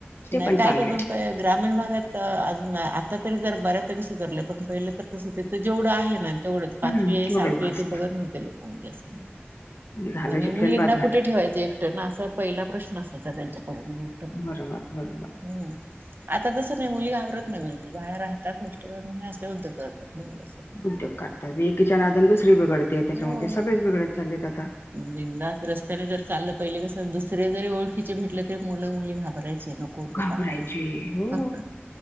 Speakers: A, on the left; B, on the right.
A: ते
B: नाही काय
A: चांगले
B: काय पण, ग्रामीण भागात तर अज आता तरी जर बऱ्यापैकी सुधरलं, पण पहिलं तर तसं, तिथं जेवढं आहे ना तेवढंच, पाचवी
A: हम्म
B: आहे
A: तेवढंच
B: सातवी
A: बास
B: आहे ते बघत नव्हते लोक, म्हणजे असं
A: झालं
B: आणि
A: शिक्षण
B: मुलींना
A: बास झालं
B: कुठे ठेवायचं एकट ना, असा पहिला प्रश्न असायचा त्यांच्याकडून
A: बरोबर. बरोबर
B: हं आता तसं नाही मुली घाबरत नाही बिलकुल बाहेर राहतात असल्या गोष्टी करतात हे असला उद्योग करतात.
A: उद्योग करतात एकिच्या नादानं दुसरी बिगडते त्याच्यामुळे
B: हो.
A: ते सगळेच बिघडत चाललेत आता
B: बिंदास रस्त्याने जरी चाललं पहिले कसं, दुसरे जरी ओळखीचे भेटले तरी मुलं मुली घाबरायचे. नको
A: घाबरायचे
B: ते काका दिसतील.
A: हो